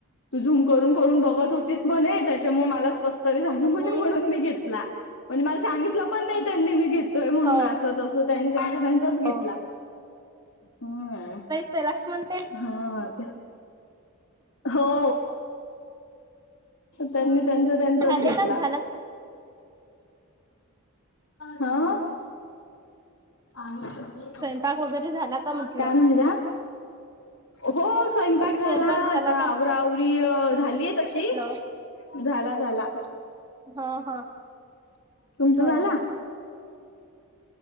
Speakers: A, on the left; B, on the right.
A: तू झूम करून करून बघत होतीस म्हणे त्याच्यामुळे मलाच कस तरी नाही
B: हम्म
A: म्हणून मी घेतला पण मला सांगितल पण नाही त्यांनी मी घेतोय म्हणून
B: हो
A: असं तसं तो त्यांनी त्यांचा त्यांचाच घेतला
B: हो
A: हम्म
B: ते लास्ट मंथ
A: हा ते हो त्यांनी त्यांचा त्यांचाच
B: झाले
A: घेतला.
B: का झाला
A: हा आणि
B: स्वयंपाक वगैरे झाला का म्हटलं
A: काय म्हणल्या? हो स्वयंपाक झाला,
B: स्वयंपाक
A: आता
B: झाला
A: आवरा आवरी झालीय तशी
B: हॅलो.
A: झाला झाला.
B: हा हा
A: तुमचा
B: हा.
A: झाला